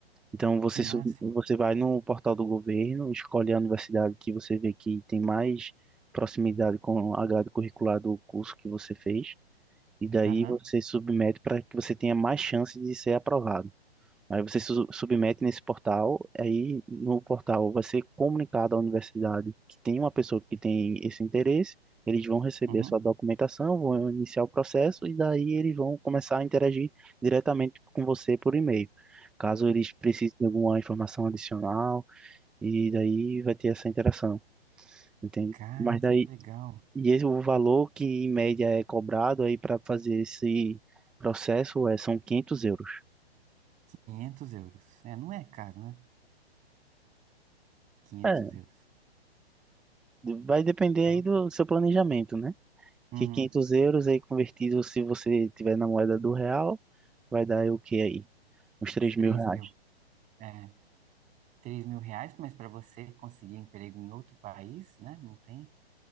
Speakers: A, in the centre; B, on the right.
A: Então você
B: que máximo.
A: su- você vai no portal do governo, escolhe a universidade que você vê que tem mais proximidade com a grade curricular do curso que você fez e daí
B: Aham.
A: você submete para que você tenha mais chance de ser aprovado. Aí você su submete nesse portal, aí no portal vai ser comunicado à universidade que tem uma pessoa que tem esse interesse, eles vão receber
B: Uhum.
A: a sua documentação, vão iniciar o processo e daí eles vão começar a interagir diretamente com você por e-mail. Caso eles precisem de alguma informação adicional, e daí vai ter essa interação, entende?
B: Cara,
A: Mas
B: que
A: daí
B: legal.
A: e esse, o valor que em média é cobrado aí para fazer esse processo é, são 500 euros.
B: 500 euros. É, não é caro, né? Quinhentos
A: É,
B: euros.
A: vai depender
B: Então,
A: aí do seu planejamento, né?
B: uhum,
A: Que 500 euros aí convertido, se você tiver na moeda do real, vai dar aí o que aí? Uns três
B: 3
A: mil reais.
B: mil. É, três mil reais, mas para você conseguir emprego em outro país, né? Não tem.